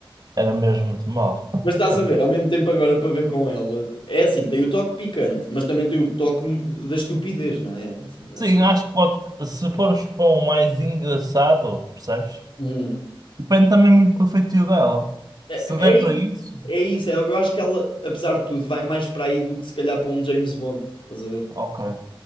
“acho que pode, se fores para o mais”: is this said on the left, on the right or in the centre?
Right